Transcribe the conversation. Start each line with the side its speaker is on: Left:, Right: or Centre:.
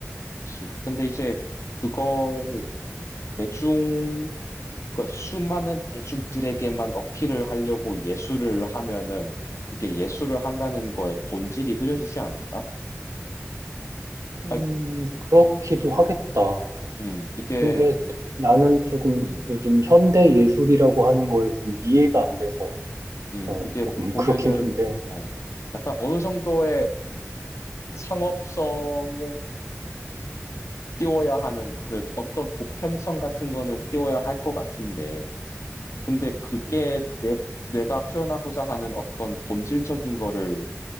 Left: 그치. 근데 이제 그거를 대중, 그 수많은 대중들에게만 어필을 하려고 예술을 하면은 이게 예술을 한다는 거에 본질이 흐려지지 않을까?
Right: 음,
Left: 아,
Right: 그렇기도 하겠다.
Left: 음, 이게,
Right: 근데 나는 조금
Left: 음,
Right: 요즘 현대 예술이라고 하는 걸 좀 이해가 안 돼서
Left: 음,
Right: 어,
Left: 이게
Right: 조금
Left: 보면은,
Right: 그렇긴 한데.
Left: 어, 약간 어느 정도의 상업성을 띄워야 하는 그래 어떤 보편성 같은 거는 띄워야 할 것 같은데 근데 그게
Right: 음,
Left: 내 내가 표현하고자 하는 어떤 본질적인 거를